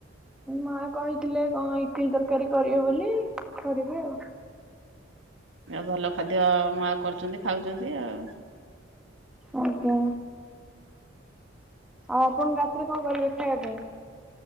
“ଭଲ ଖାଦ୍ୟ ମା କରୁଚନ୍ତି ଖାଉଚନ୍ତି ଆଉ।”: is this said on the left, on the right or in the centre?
Right